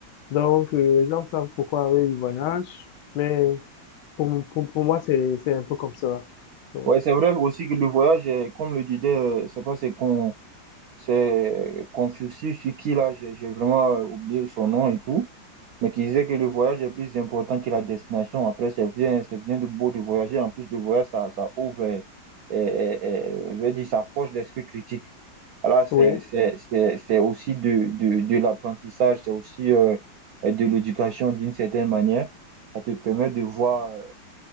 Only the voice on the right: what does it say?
Ouais, c'est vrai aussi que le voyage, eh, comme le disait, euh, je sais pas, c'est qu'on C'est Confucius, ce qui là, j'ai j'ai vraiment euh, oublié son nom et tout, mais qui disait que le voyage est plus important que la destination. Après, c'est bien, c'est bien de beau de voyager. En plus de voyager, ça, ça ouvre, et et et je veux dire, ça forge l'esprit critique. Voilà, c'est,
c'est, c'est, c'est aussi de, de, de l'apprentissage, c'est aussi euh, de l'éducation d'une certaine manière. Ça te permet de voir, euh,